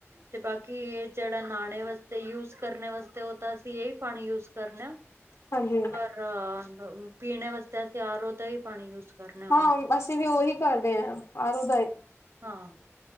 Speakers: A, on the right; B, on the left.
A: ਤੇ ਬਾਕੀ ਇਹ ਜਿਹੜਾ ਨਹਾਣੇ ਵਾਸਤੇ ਯੂਜ ਕਰਨੇ ਵਾਸਤੇ ਉਹ ਤਾਂ ਅਸੀਂ ਇਹੀ ਪਾਣੀ ਯੂਜ ਕਰਣੇ ਆ।
B: ਹਾਂਜੀ
A: ਰਾ ਪੀਣ ਵਾਸਤੇ ਅਸੀਂ ਆਰੋ ਦਾ ਹੀ ਪਾਣੀ ਯੂਜ ਕਰਨਾ ਹੁਣ
B: ਹਾਂ ਅਸੀ ਵੀ ਉਹੀ ਕਰਦੇ ਹਾਂ ਆਰੋ ਦਾ ਈ।
A: ਹਾਂ